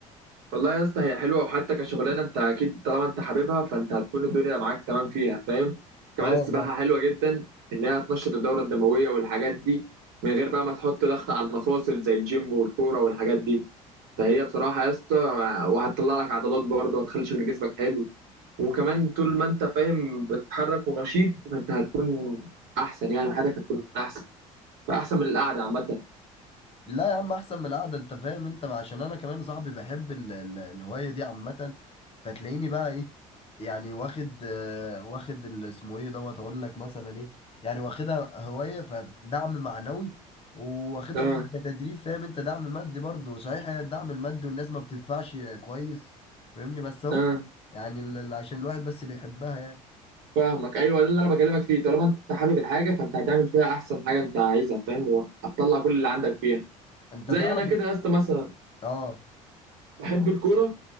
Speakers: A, on the right; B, on the left.
A: والله يا اسطى هي حلوه وحتى كشغلانه انت اكيد طالما انت حاببها فانت هتكون الدنيا معاك تمام فيها فاهم كمان
B: اه
A: السباحه
B: فاهم
A: حلوه جدا ان هي هتنشط الدوره الدمويه والحاجات دي من غير بقى ما تحط ضغط على المفاصل زي الجيم والكوره والحاجات دي فهي بصراحه يا اسطى وهتطلع لك عضلات برضه وهتخلي شكل جسمك حلو وكمان طول ما انت فاهم بتتحرك ونشيط فانت هتكون احسن يعني حياتك هتكون احسن فاحسن من القعده عامه
B: لا يا عم احسن من القعده انت فاهم انت عشان انا كمان صاحبي بحب ال- ال- الهوايه دي عامه فتلاقيني بقى ايه يعني واخد آه، واخد ال- اسمه ايه دوت هقول لك مثلا ايه يعني واخدها هوايه فدعم معنوي واخدها
A: اه
B: طبعاً كتدريب فاهم انت دعم مادي برضه صحيح هي الدعم المادي والناس ما بتدفعش كويس فاهمني بس اهو
A: اه
B: يعني ال- ال- عشان الواحد بس بيحبها يعني
A: فاهمك ايوه ده اللي انا بكلمك فيه طالما انت حابب الحاجه فانت هتعمل فيها احسن حاجه انت عايزها فاهم وهتطلع كل اللي عندك فيها
B: انت
A: زي
B: تعرف
A: انا كده يا اسطى مثلا
B: اه
A: بحب الكوره